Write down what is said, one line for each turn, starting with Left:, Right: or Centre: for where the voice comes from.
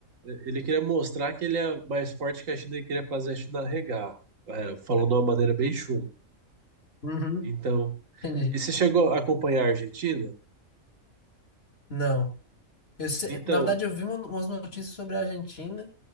Right: ele queria mostrar que ele é mais forte que a China e queria fazer a China regar, é, falando de uma maneira bem chula.
Left: Uhum,
Right: Então,
Left: <laughs> entendi.
Right: e você chegou a acompanhar a Argentina?
Left: Não. Eu se-
Right: Então,
Left: na verdade, eu vi uma- umas notícias sobre a Argentina,